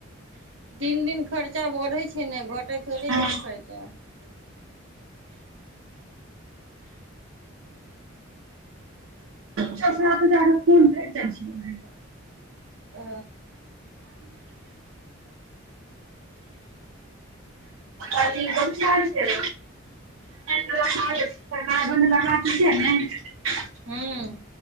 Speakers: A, on the right (about 65°); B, on the right (about 80°).
A: दिन दिन खर्चा बढ़ै छै नऽ घटै थेरे
B: हँ
A: नहि छै खर्चा
B: छरा तऽ जा कोन भेट जाइ छै <unintelligible>
A: अ
B: अ बहुत च छै च <unintelligible> र बन बात छिय ने <unintelligible>
A: हूं